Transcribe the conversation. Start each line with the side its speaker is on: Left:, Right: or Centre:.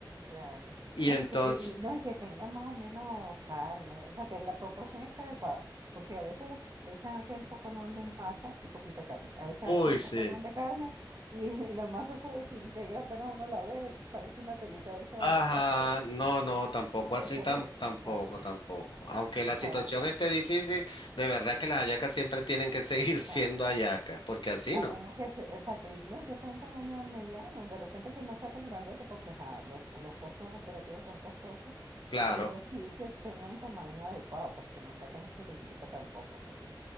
Right: Claro.
Left: Y
Right: No,
Left: entonces,
Right: y que, y, y- no, y que tengan más o menos carne, o sea, que la proporción esté adecuada, porque a veces le echan aquel poconón de masa y poquita carne, a veces
Left: uy,
Right: aquel poconón
Left: sí.
Right: de carne y, <laughs> y la masa se desintegra apenas uno la ve, parece una telita de esa
Left: Ajá,
Right: transparente.
Left: no, no, tampoco
Right: Entonces,
Left: así, tam-
Right: exacto,
Left: tampoco, tampoco. Aunque
Right: o
Left: la situación
Right: sea,
Left: esté difícil, de verdad que las hallacas siempre tienen que seguir
Right: exacto.
Left: <laughs> siendo hallacas, porque así
Right: A
Left: no.
Right: menos que se, exacto, y no, y que sea un tamaño mediano, de repente que no sea tan grandote, porque ajá, los, los costos operativos son costosos,
Left: Claro,
Right: pero sí que tenga un tamaño adecuado, pues que no sea tan chirriquitica tampoco, o sea que,